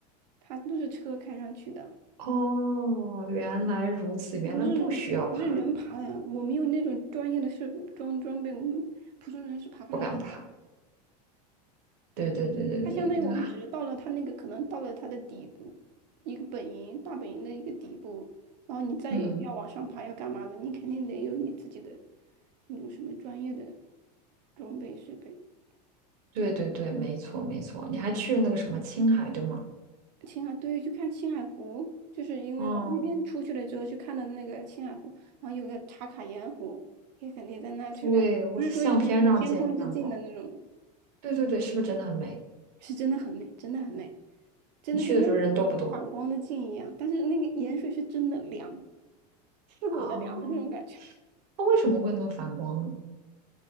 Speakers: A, on the right; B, on the right.
A: 它都是车开上去的，
B: 哦，原来如此，原来不需要怕，
A: 不是不是人爬的。我们有那种专业的设装装备，我们普通人是爬不上去的。
B: 不敢怕。对对对对对，
A: 它相当于我们只是到了它那个，
B: 那个，
A: 可能到了它的底部，一个本营大本营的一个底部，然后你再要往上爬要干嘛的，
B: 嗯，
A: 你肯定得有你自己的那种什么专业的。装备水杯，
B: 对对对，
A: 我
B: 没错没错。你还去了那个什么青海，对吗？
A: 青海对，去看青海湖，就是因为往那边出去了之后去看的那个青海湖，
B: 嗯，
A: 然后有个茶卡盐湖，也肯定在那去看，
B: 对，我的相片上见过。
A: 不是说玉美就天空之镜的那种吗？
B: 对对对，是不是真的很美？
A: 是真的很美，真的很美，真的跟那个
B: 你去的时候人多不多？
A: 反光的镜一样，但是那个盐水是真的凉，刺骨的凉的那种感觉，
B: 哦，那为什么会那么反光呢？